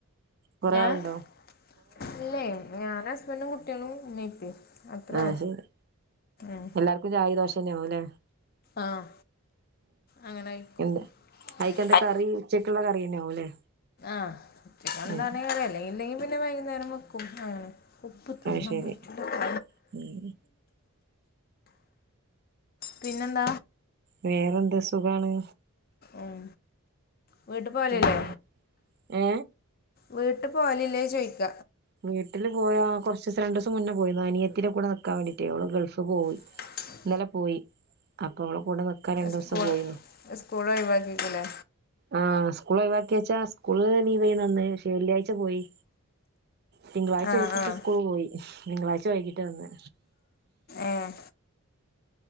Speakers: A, on the right; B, on the left.
A: കൊറെആളുണ്ടോ?
B: ഏഹ് ഇല്ലേ ഞാനസ്ബൻഡും കുട്ടികളും ഇമ്മീംഇപ്പിംഅത്രോ
A: ആഹ് ശരി
B: ഉ
A: എല്ലാർക്കും ചായിം ദോശന്നെയാവുല്ലേ
B: ആഹ് അങ്ങനായിക്കും
A: എന്ത് അയിക്കെന്താ
B: അ
A: കറി ഉച്ചക്കുള്ള കറിയന്നെ ആവുംല്ലേ
B: ആഹ് <unintelligible> പിന്ന
A: ഉം
B: <unintelligible> ന്നെ വൈകുന്നേരം വെക്കും ആണ് ഉപ്പ് തിന്ന
A: അത് ശരി
B: പറ്റൂല.
A: ഉം
B: പിന്നെന്ത
A: വേറെന്താ സുഖാണ്
B: ഉം വീട്ട് പോവലില്ലേ
A: ഉം ഏ
B: വീട്ട് പോവലില്ലേ ചോയിക്ക
A: വീട്ടില് പോയാ കൊറച്ചീസം രണ്ടീസം മുന്നേ പോയിന്നു അനിയത്തിടെ കൂടെ നിക്കാൻ വേണ്ടീട്ടെ ഓള് ഗൾഫ് പോയി
B: <unintelligible>
A: ന്നലെ പോയി അപ്പൊ ഓള കൂടെ നിക്കാൻ രണ്ടൂസം
B: സ്കൂ
A: പോയിന്നു
B: സ്കൂളൊഴിവാക്കിക്കില്ലേ
A: ആഹ് ഇസ്കൂളൊഴിവാക്കിച്ചാ സ്കൂൾ നീ ന്ന് നന്നയി പക്ഷെ വെള്ളിയാഴ്ച പോയി തിങ്കളാഴ്ച
B: ആഹ്
A: ഒരിസത്തെ
B: ആഹ്
A: സ്കൂള് പോയി തിങ്കളാഴ്ച വൈകിട്ട വന്നെ
B: ഏഹ്